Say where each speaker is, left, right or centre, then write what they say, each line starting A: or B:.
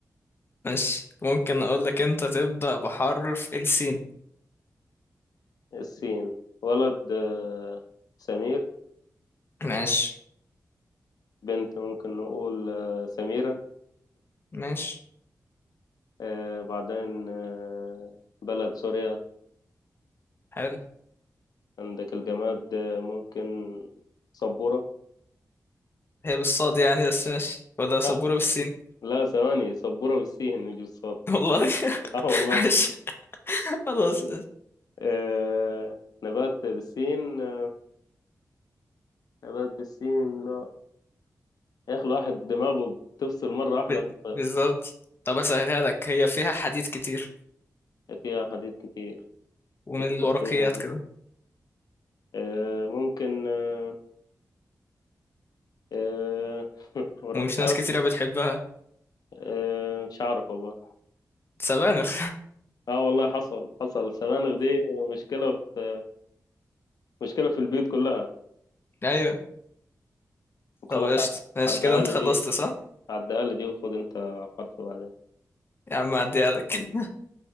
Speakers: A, on the left; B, on the left.
A: ماشي ممكن اقول لك انت تبدأ بحرف السين
B: السين ولد آه، سمير
A: ماشي
B: بنت ممكن نقول آه، سميرة
A: ماشي
B: آه، بعدين آه، بلد سوريا
A: حلو
B: عندك الجماد آه، ممكن سبورة
A: هي بالصاد يعني بس ماشي ولا سبورة
B: لا
A: بالسين
B: لا ثواني سبورة بالسين مش بالصاد
A: <laughs> والله <laughs>
B: اه والله
A: ماشي خلاص
B: آه نبات بالسين آه، نبات بالسين لا يا أخي الواحد دماغه بتفصل مرة واحدة
A: ب-
B: في-
A: بالظبط طب اسهلها لك هي فيها حديد كتير
B: فيها حديث كتير
A: ومن
B: نبات
A: الورقيات
B: فيها حديث
A: كده
B: آه ممكن آه آه <laughs> ورقيات
A: ومش ناس كتيرة بتحبها
B: آه مش عارف والله
A: سبانخ
B: اه والله حصل حصل السبانخ دي مشكلة في مشكلة في البيوت كلها
A: <laughs> ايوه
B: وخلاص
A: طب قشطة
B: عد-
A: ماشي
B: عدها
A: كده انت
B: لي
A: خلصت
B: دي
A: صح
B: عدها لي دي وخد انت حرف بعدين
A: يا عم اعديها لك <laughs>